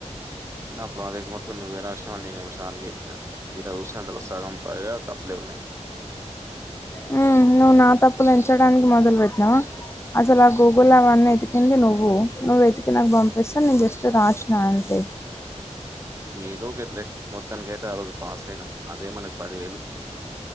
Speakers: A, on the right (about 25°); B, on the left (about 20°).
A: నా ప్రాజెక్ట్ మొత్తం నువ్వే రాసినవ్ నేనేమో సార్ కు చెప్పిన సీదా చుస్తే అంత సగం ప తప్పలే ఉన్నాయి
B: మ్మ్ నువ్వు నా తప్పులు ఎంచడానికి మొదలుపెట్టినవా అసలు ఆ గూగుల్ అవన్నీ ఎతికింది నువ్వు నువ్వు వెతికి నాకు పంపిస్తే నేను జస్ట్ రాసిన అంతే
A: ఏదో ఒకట్లే మొత్తానికి అయితే ఆ రోజు పాస్ అయినా అదే మనకి పదివేలు